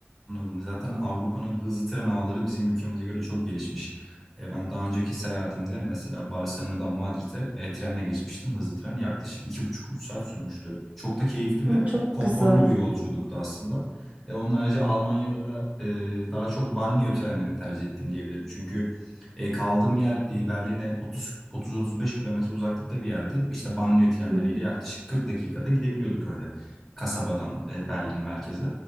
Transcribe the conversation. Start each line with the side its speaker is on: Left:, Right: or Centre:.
Centre: Anladım. Zaten Avrupa'nın hızlı tren ağları bizim ülkemize göre çok gelişmiş. E, ben daha önceki seyahatimde mesela Barcelona'dan Madrid'e e, trenle geçmiştim. Hızlı tren yaklaşık iki buçuk üç saat sürmüştü. Çok da keyifli ve
Right: Hı, çok
Centre: konforlu
Right: güzel.
Centre: bir yolculuktu aslında. E, onun harici Almanya'da da e, daha çok banliyö trenlerini tercih ettim diyebilirim. Çünkü e, kaldığım yer e, Berlin'e 30 30-35 kilometre uzaklıkta bir yerdi. İşte banliyö trenleriyle
Right: Hı hı.
Centre: yaklaşık 40 dakikada gidebiliyorduk öyle kasabadan e, Berlin merkeze.